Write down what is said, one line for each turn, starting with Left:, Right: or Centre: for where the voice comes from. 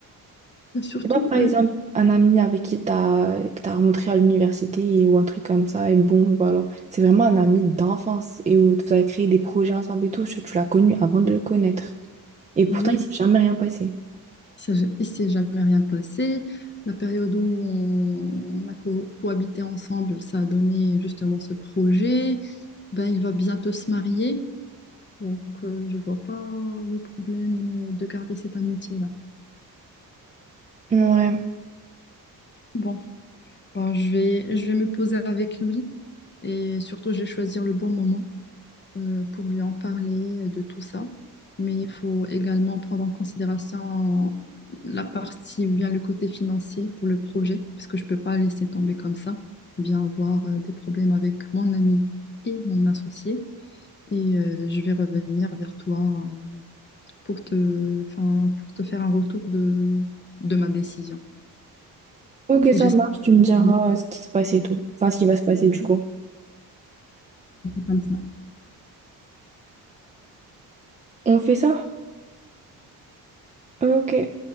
Left: Surtout,
Right: C'est pas, par
Left: euh,
Right: exemple, un ami avec qui t'as, que t'as rencontré à l'université ou un truc comme ça, et bon, voilà. C'est vraiment un ami d'enfance et où vous avez créé des projets ensemble et tout. Tu, tu l'as connu avant de le connaître. Et pourtant,
Left: oui.
Right: il s'est jamais rien passé.
Left: Il ne s'est jamais rien passé. La période où on a co- cohabité ensemble, ça a donné justement ce projet. Ben, il va bientôt se marier, donc euh, je ne vois pas le problème euh, de garder cette amitié-là.
Right: Ouais.
Left: Bon, ben, je vais, je vais me poser avec lui et surtout, je vais choisir le bon moment. euh, pour lui en parler euh, de tout ça. Mais il faut également prendre en considération la partie ou bien le côté financier pour le projet, parce que je ne peux pas laisser tomber comme ça, bien voir euh, des problèmes avec mon ami et mon associé. Et euh, je vais revenir vers toi euh, pour te, enfin, pour te faire un retour de, de ma décision.
Right: Ok,
Left: Et
Right: ça
Left: j'espère
Right: marche, tu
Left: que
Right: me
Left: tu
Right: diras
Left: prendras.
Right: euh, ce qui se passe et tout. Enfin, ce qui va se passer du coup.
Left: comme ça.
Right: On fait ça? Ok.